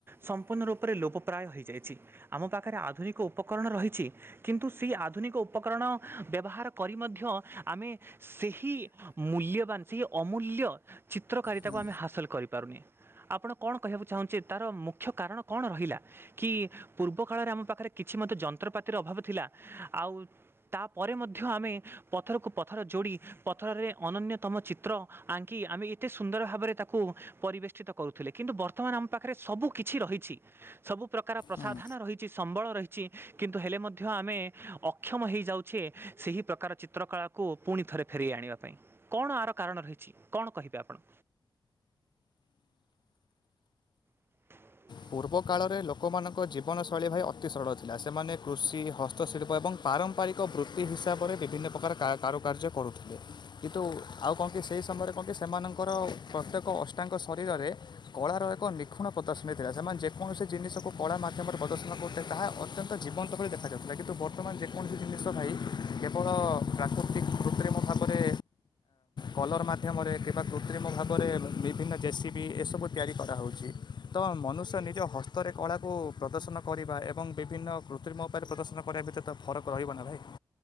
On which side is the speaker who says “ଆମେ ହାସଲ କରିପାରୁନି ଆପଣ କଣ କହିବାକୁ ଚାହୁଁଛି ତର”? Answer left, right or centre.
Right